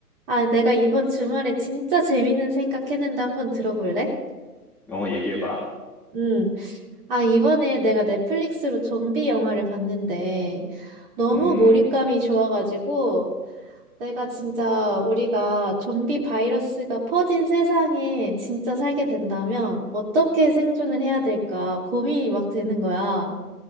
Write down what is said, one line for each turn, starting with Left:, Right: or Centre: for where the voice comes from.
Right: 아, 내가 이번 주말에 진짜 재밌는 생각했는데 한번 들어볼래?
Centre: 어, 얘기해봐.
Right: 음. 아, 이번에 내가 넷플릭스로 좀비 영화를 봤는데 너무
Centre: 음,
Right: 몰입감이 좋아가지고 내가 진짜 우리가 좀비 바이러스가 퍼진 세상에 진짜 살게 된다면 어떻게 생존을 해야 될까 고민이 막 되는 거야.